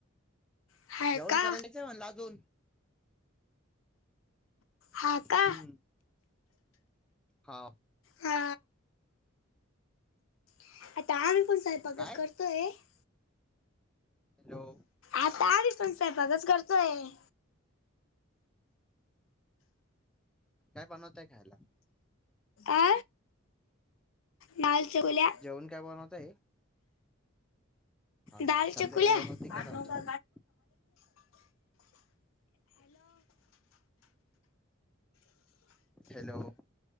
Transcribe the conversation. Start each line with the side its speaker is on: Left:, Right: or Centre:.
Left: हा
Centre: जेवण
Left: का
Centre: करायलाच म्हण अजून.
Left: हा का.
Centre: हम्म हा.
Left: हा <unintelligible>
Centre: काय हॅलो.
Left: आता आध पण साहेबगच करतोय.
Centre: काय बनवताय खायला?
Left: अ माल सगुल्या.
Centre: जेवण काय बनवताय हा
Left: दाल
Centre: का संध्याकाळी
Left: चकुल्या.
Centre: बनवते
Left: हॅलो.
Centre: काय दाल चकोल्या हॅलो.